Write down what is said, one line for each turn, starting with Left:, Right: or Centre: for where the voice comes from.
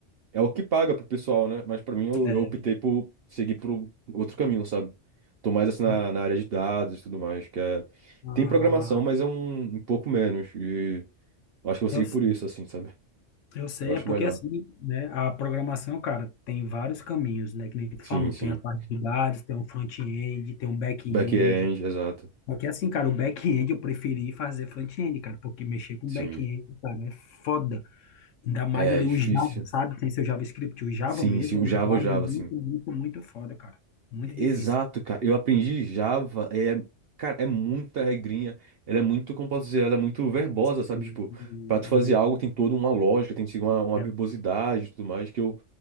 Right: é o que paga pro pessoal, né? Mas pra mim eu,
Left: É,
Right: eu optei por seguir pro outro caminho, sabe? Tô mais assim na,
Left: mas,
Right: na área de dados e tudo mais, que é...
Left: ah,
Right: Tem programação, mas é um, um pouco menos. E eu acho que eu vou
Left: eu
Right: seguir
Left: sei,
Right: por isso, assim, sabe?
Left: eu sei,
Right: Eu acho
Left: é porque
Right: melhor.
Left: assim, né, a programação, cara, tem vários caminhos, né, que nem tu
Right: Sim,
Left: falou,
Right: sim.
Left: tem a parte de dados, tem o front-end, tem o back-end,
Right: Back-end, exato.
Left: porque assim, cara, o back-end eu preferi fazer front-end, cara, porque mexer com
Right: Sim.
Left: back-end, cara, é foda, ainda mais
Right: É
Left: ali
Right: difícil.
Left: o Java, sabe, tem seu JavaScript, o Java
Right: Sim,
Left: mesmo
Right: sim.
Left: é
Right: O
Left: uma
Right: Java,
Left: linguagem
Right: o Java,
Left: muito,
Right: assim.
Left: muito, muito foda, cara, muito
Right: Exato,
Left: difícil.
Right: cara. Eu aprendi Java, é, cara, é muita regrinha, ela é muito, como posso dizer, ela é muito verbosa,
Left: Sim,
Right: sabe? Tipo, pra tu fazer
Left: e-
Right: algo tem toda uma lógica, tem que seguir uma, uma
Left: é,
Right: verbosidade e tudo mais, que eu,